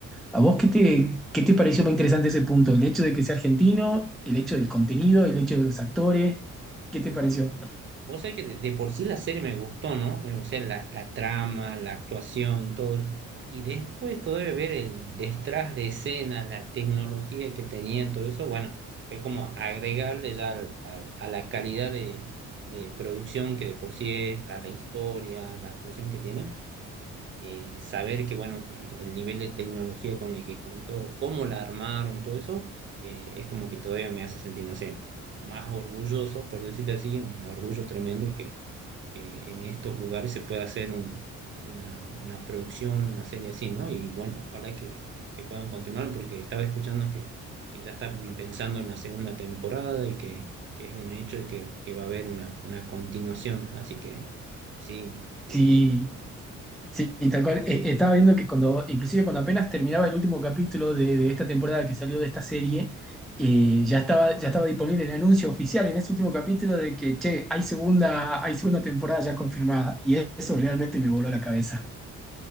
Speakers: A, in the centre; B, on the right.
A: ¿A vos qué te, qué te pareció más interesante ese punto? ¿El hecho de que sea argentino? ¿El hecho del contenido? ¿El hecho de los actores? ¿Qué te pareció?
B: Vos sabés que de, de por sí la serie me gustó, ¿no? Eh, O sea, la, la trama, la actuación, todo. eso. Y después todavía ver el detrás de escena, la tecnología que tenían, todo eso, bueno, fue como agregarle ya al- al- a la calidad de, de producción que de por sí es, a la historia, la actuación que tiene, eh, saber que, bueno, que el nivel de tecnología con el que contó, cómo la armaron, todo eso, eh, es como que todavía me hace sentir, no sé más orgulloso, por decirte así, un orgullo tremendo que en estos lugares se pueda hacer un- una, una producción, una serie así, ¿no? Y bueno, ojalá que, que puedan continuar porque estaba escuchando que, que ya están pensando en la segunda temporada y que, que es un hecho y que, que va a haber una, una continuación. Así que sí, sí,
A: Sí.
B: sí, sí.
A: Sí, y tal cual. Eh, estaba viendo que cuando, inclusive cuando apenas terminaba el último capítulo de, de esta temporada que salió de esta serie, eh, ya estaba, ya estaba disponible el anuncio oficial en ese último capítulo de que, che, hay segunda, hay segunda temporada ya confirmada. Y eso realmente me voló la cabeza.